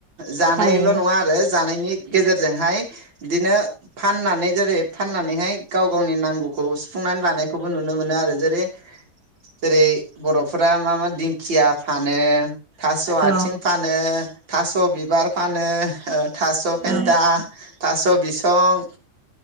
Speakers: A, on the right; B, on the right.
A: जानायल'
B: थारैनो
A: नङा आरो जानायनि गेजेरजोंहाय बिदिनो फाननानै जेरै फाननानैहाय गाव गावनि नांगौखौ सुफुंनानै लानायखौबो नुनो मोनो आरो जेरै-जेरै बर'फोरा मा मा दिंखिया फानो। थास' आथिं
B: औ
A: फानो थास' बिबार फानो थास' फेन्था।
B: औ
A: थास' बिसं